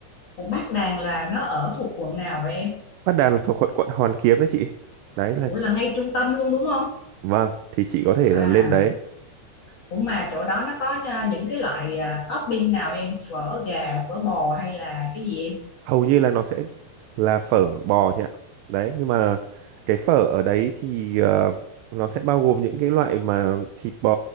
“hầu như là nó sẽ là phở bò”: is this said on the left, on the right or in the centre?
Right